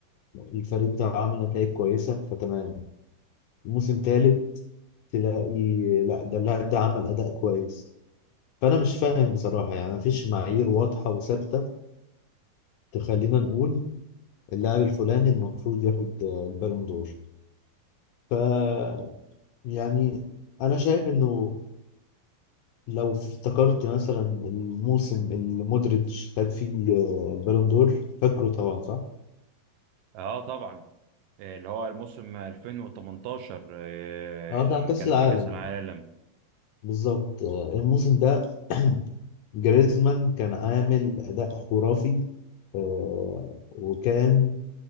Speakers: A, on the left; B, on the right.
A: الفريق بتاعه عامل نتائج كويسه فتمام موسم تالت تلاقي لا ده اللاعب ده عمل اداء كويس فانا مش فاهم بصراحه يعني مفيش معايير واضحه وثابته تخلينا نقول اللاعب الفلاني المفروض ياخد آه، البالون دور ف يعني انا شايف انه لو افتكرت مثلا الموسم اللي مودريتش خد فيه آه، البالون دور فاكره طبعا صح؟
B: اه طبعا آه، اللي هو الموسم 2018 آه،
A: اه
B: لما
A: بتاع كأس
B: كان
A: العالم
B: في كأس العالم
A: بالظبط آه، الموسم ده <clears throat> جريزمان كان عامل أداء خرافي آه، وكان